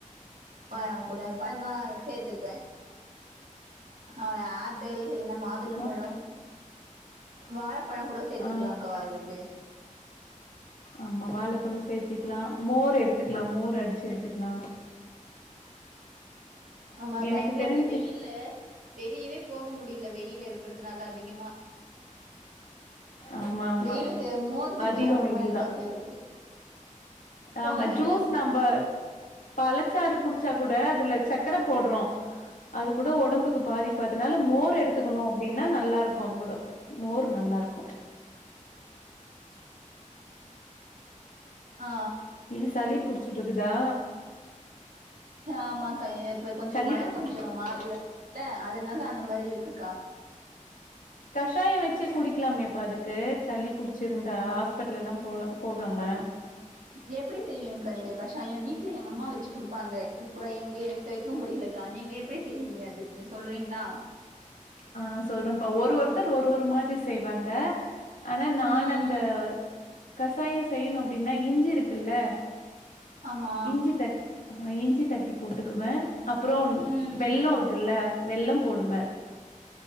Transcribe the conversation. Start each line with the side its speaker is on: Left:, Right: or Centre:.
Right: ஆ கூட <unintelligible> சேத்துபே அர ஆப்பிள் இல்ல மாதுளம்பழோ
Left: மப்
Right: வாழ பழோ கூட சேத்துக்குலாங்கா
Left: ஆ
Right: இதுக்கு
Left: ஆமா வாழப்பழோ சேத்துக்லா மோர் எடுத்துக்குலா மோர் அடிச்சு எடுத்துக்குலா
Right: ஆமாக்கா
Left: எனக்கு
Right: எங்கியு
Left: தெரிஞ்சு
Right: வெயில்ல வெளியவே போக முடியில வெயில் இருக்றதுனால அதிகமா
Left: ஆமா ஆமா
Right: வெயிலுக்கு மோர் குடிச்சா
Left: அதிக
Right: ரொம்ப
Left: வெயில்
Right: நல்லது
Left: தா
Right: இருக்கு <inaudible>
Left: ஆமா
Right: இல்ல
Left: ஜூஸ் நம்ப பழச்சாறு குடிச்சா கூட அதுல சக்கர போட்றோ அது கூட ஒடம்புக்கு பாதிப் இப்ப அதுனால மோர் எடுத்துக்கணு அப்டின்னா நல்லா இருக்கு அது கூட மோர் நல்லா இருக்கு
Right: ஆ
Left: ஏ சளி புடிச்சிட்டு இருக்குதா
Right: ஆமாக்கா இப்ப கொஞ்சோ
Left: சளி
Right: மழ கொஞ்சோ மாறி வருதுல்ல அதனால அந்த மாரி இருக்குக்கா
Left: கஷாயம் வெச்சு குடிக்கலாமேப்பா அதுக்கு சளி புடிச் சிருந்தா ஹாஸ்பிடல் எல்லா போலக்கு போகாம
Right: எப்டி செய்வீங்கக்கா நீங்க கஷாயோ வீட்ல எங்க அம்மா வெச்சு குடுப்பாங்க இப்ப இங்க எனக்கு வைக்க முடியல கா நீங்க எப்டி செய்வீங்க அது கொஞ்சோ சொல்றீங்களா
Left: ஆ சொல்றேப்பா ஒரு ஒருத்தர் ஒரு ஒரு மாரி செய்வாங்க ஆனா நான்
Right: ம்
Left: அந்த கசாய செய்யணு அப்டின்னா இஞ்சி இருக்குல்ல
Right: ஆமா
Left: இஞ்சி தட் இஞ்சி தட்டி போட்டுக்குவே அப்றோ
Right: ம்
Left: வெள்ளோ இருக்குல்ல வெள்ளோ போடுவே